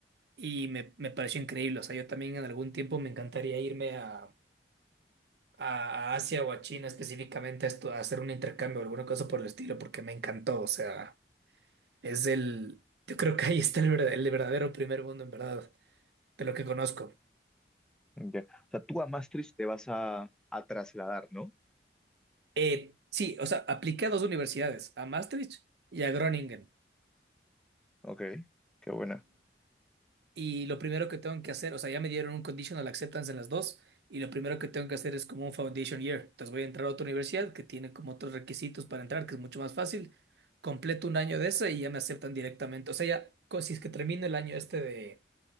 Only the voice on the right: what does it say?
y me, me pareció increíble, o sea, yo también en algún tiempo me encantaría irme a a a Asia o a China específicamente a, estu- a hacer un intercambio o alguna cosa por el estilo, porque me encantó. O sea, es el, yo creo que ahí está el, verda- el verdadero primer mundo, en verdad, de lo que conozco.
Eh, sí, o sea, apliqué a dos universidades, a Maastricht y a Groningen.
Y lo primero que tengo que hacer, o sea, ya me dieron un conditional acceptance en las dos, y lo primero que tengo que hacer es como un foundation year. Entonces voy a entrar a otra universidad que tiene como otros requisitos para entrar, que es mucho más fácil. Completo un año de esa y ya me aceptan directamente. O sea, ya, co- si es que termino el año este de,